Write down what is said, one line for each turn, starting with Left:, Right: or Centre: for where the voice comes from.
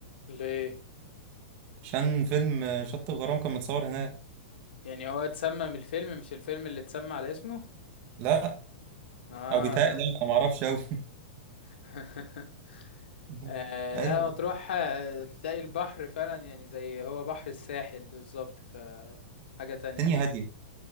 Left: ليه
Right: عشان فيلم آه، شط الغرام كان متصور هناك
Left: يعني هو اتسمى من الفيلم مش الفيلم اللي اتسمى على اسمه
Right: لا
Left: اه
Right: او بيتهيألي
Left: ده
Right: انا ما اعرفش قوي
Left: <laughs>
Right: <laughs>
Left: آه
Right: ايوه
Left: لا مطروح آه، تلاقي البحر فعلا يعني زي هو بحر الساحل بالظبط ف حاجه تانية
Right: الدنيا هادية